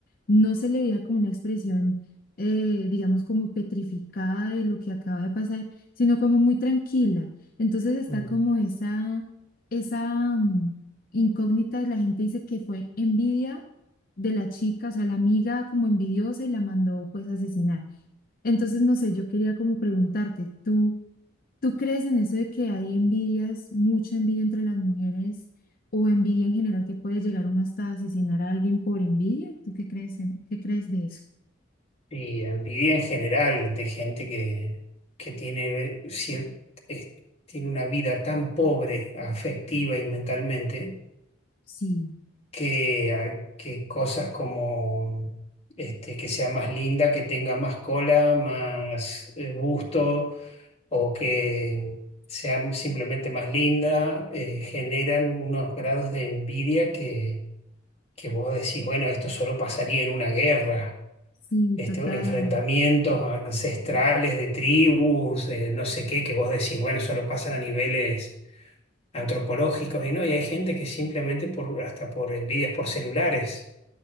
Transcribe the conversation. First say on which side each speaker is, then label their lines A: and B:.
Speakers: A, on the left; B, on the left.
A: no se le veía como una expresión, eh, digamos, como petrificada de lo que acaba de pasar, sino como muy tranquila. Entonces está
B: ujú.
A: como esa, esa... mm, incógnitas, la gente dice que fue envidia de la chica, o sea, la amiga como envidiosa y la mandó pues a asesinar. Entonces, no sé, yo quería como preguntarte, ¿tú, tú crees en eso de que hay envidias, mucha envidia entre las mujeres o envidia en general que puede llegar uno hasta asesinar a alguien por envidia? ¿Tú qué crees en, qué crees de eso?
B: Y envidia en general de gente que, que tiene, cier- es- tiene una vida tan pobre afectiva y mentalmente
A: Sí,
B: que, hay- que cosas como este, que sea más linda, que tenga más cola, más eh, busto o que sea simplemente más linda, eh, generan unos grados de envidia que, que vos decís, bueno, esto solo pasaría en una guerra.
A: sí,
B: Este,
A: total.
B: enfrentamientos ancestrales de tribus, eh, no sé qué, que vos decís, bueno, solo pasan a niveles antropológicos y no, y hay gente que simplemente por, hasta por envidias por celulares